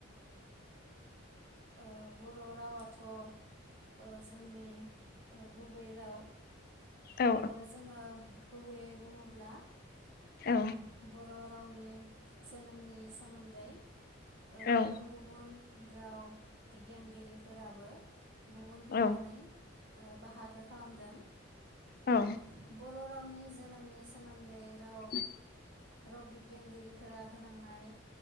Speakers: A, on the right; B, on the left.
A: ओ बर रावाथ ओ जोंनि गुबै राव ओ
B: औ
A: जोङो गुबैयै बुङोब्ला ओ
B: औ
A: <unintelligible> बर रावनि जोनोमनि सोमोन्दै ओ
B: औ
A: गुबुन गुबुन दाउ बिगियानगिरिफोराबो गुबुन गुबुनै
B: औ
A: उ बाहागो खालामदों
B: औ
A: उ बर' रावनि जोनोमनि सोमोन्दै
B: <inaudible>
A: राव राव बिगियानगिरिफोरा होलांनाय